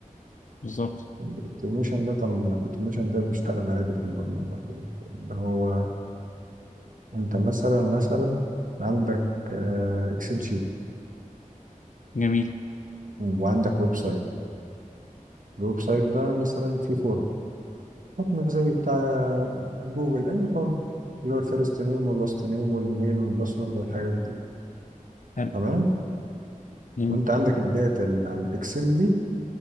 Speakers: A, on the left; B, on the right.
A: بالظبط
B: الاوتوميشن ده طب الاوتوميشن ده بيشتغل عادي في البرمجة اللي هو انت مثلا مثلا عندك اكسل شيت
A: جميل
B: وعندك ويب سايت الويب سايت ده مثلا فيه فورم حطنا زي بتاع جوجل أي فورم اللي هو الفيرست نيم واللاست نيم والميل والباسورد والحاجات دي
A: حلو
B: تمام
A: جميل
B: وأنت عندك الداتا اللي على الإكسل دي